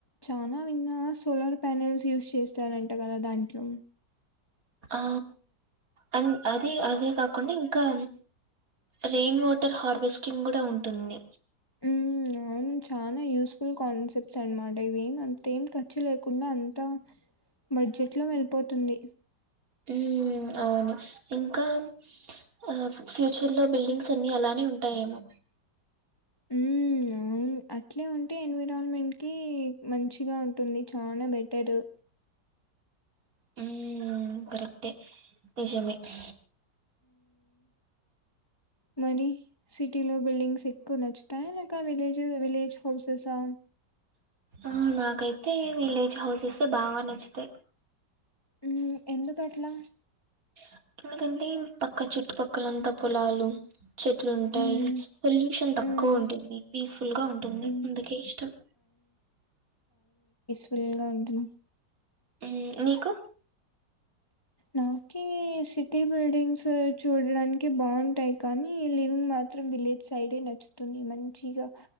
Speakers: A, on the left; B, on the right.
A: చానా విన్నా సోలార్ ప్యానెల్స్ యూజ్ చేస్తారంట కదా దాంట్లో
B: ఆ అండ్ అదే అదే కాకుండా ఇంకా రెయిన్ వాటర్ హార్వెస్టింగ్ కూడా ఉంటుంది.
A: హ్మ్ అవును చానా యూజ్ స్కూల్ కాన్సెప్ట్స్ అన్నమాట ఇవి అంత ఏం ఖర్చు లేకుండా అంతా బడ్జెట్ లో వెళ్ళిపోతుంది.
B: హ్మ్ అవును ఇంకా ఆ ఫ్యూచర్ లో బిల్డింగ్స్ అన్ని అలానే ఉంటాయేమో
A: ఉ అవును అట్లే ఉంటే ఎన్విరాన్మెంట్ కి మంచిగా ఉంటుంది చానా బెటరు
B: హ్మ్ కరెక్టే నిజమే అ
A: మనీ సిటీ లో బిల్డింగ్స్ ఎక్కువ నచ్చుతాయ లేక విలేజు విలేజ్ హౌసెసా
B: ఆ నాకైతే విలేజ్ హౌసెస్ బాగా నచ్చుతాయి
A: హ్మ్ ఎందుకట్లా
B: హ ఎందుకంటే పక్క చుట్టుపక్కలంతా పొలాలు చెట్లు ఉంటాయి.
A: హ్మ్.
B: పొల్యూషన్ తక్కువ
A: హ్మ్.
B: ఉంటుంది. పీస్ఫుల్ గా ఉంటుంది.
A: హ్మ్.
B: అందుకే ఇష్టం.
A: ఫుల్ గా ఉంటున్న
B: హ్మ్ నీకు
A: నాకేసి సిటీ బిల్డింగ్స్ చూడడానికి బావుంటాయి. కానీ లివింగ్ మాత్రం విలేజ్ సైడే నచ్చుతుంది. మంచిగా